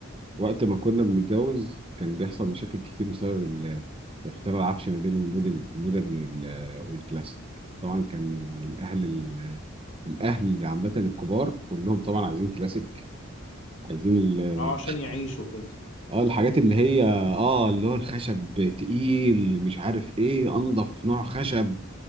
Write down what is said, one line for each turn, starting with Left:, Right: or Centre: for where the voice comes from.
Right: وقت ما كنا بنتجوز كان بيحصل مشاكل كتير بسبب ال- اختلاف العفش ما بين الموديل المودرن وال- والكلاسيك طبعا كان الاهل ال- الاهل عامه الكبار كلهم طبعا عايزين كلاسيك عايزين ال-
Left: اه عشان يعيشوا كده
Right: اه الحاجات اللي هي اه اللي هو الخشب تقيل مش عارف ايه انضف نوع خشب